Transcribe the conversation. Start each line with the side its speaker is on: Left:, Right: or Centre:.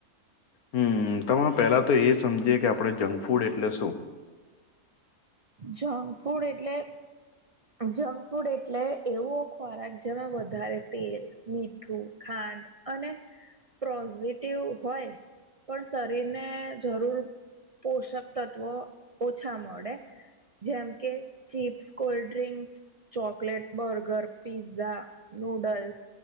Left: હમ તમામે પેલા તો એ સમજીએ કે આપણે જંક ફૂડ એટલે શું
Right: જંક ફૂડ એટલે જંક ફૂડ એટલે એવો ખોરાક જેમાં વધારે તેલ મીઠું ખાંડ અને પ્રઝિટિવ હોય પણ શરીરને જરૂર પોષક તત્વ ઓછા મળે જેમ કે chips cold drinks chocolate burger pizza noodles